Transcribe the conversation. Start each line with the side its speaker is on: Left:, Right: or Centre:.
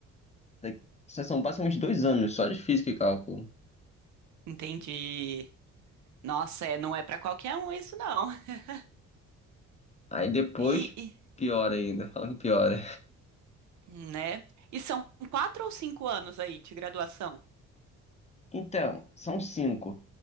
Left: daqui- São basicamente dois anos só de física e cálculo.
Right: entendi. Nossa, é, não é para qualquer um isso, não. <laughs>
Left: Aí depois,
Right: E, e-
Left: pior ainda, <laughs> falando que piora.
Right: Né? E são quatro ou cinco anos aí de graduação.
Left: Então, são cinco.